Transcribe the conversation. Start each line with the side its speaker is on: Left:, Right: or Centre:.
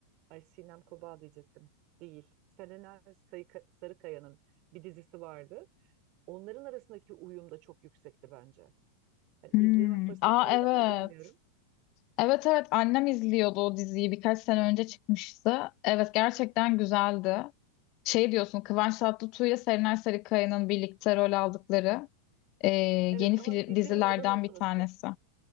Right: ay Sinem Kobal diyecektim. Değil. Serenay Sayıka- Sarıkaya'nın bir dizisi vardı. Onların arasındaki uyum da çok yüksekti bence. Yani
Left: Hmm.
Right: izleme fırsatın
Left: Aa
Right: oldu
Left: evet.
Right: mu bilmiyorum.
Left: Evet evet annem izliyordu o diziyi birkaç sene önce çıkmıştı. Evet gerçekten güzeldi. Şey diyorsun Kıvanç Tatlıtuğ'ya Serenay Sarıkaya'nın birlikte rol aldıkları e,
Right: Evet
Left: yeni film,
Right: ama dizinin
Left: dizilerden
Right: adını
Left: bir
Right: unuttum.
Left: tanesi.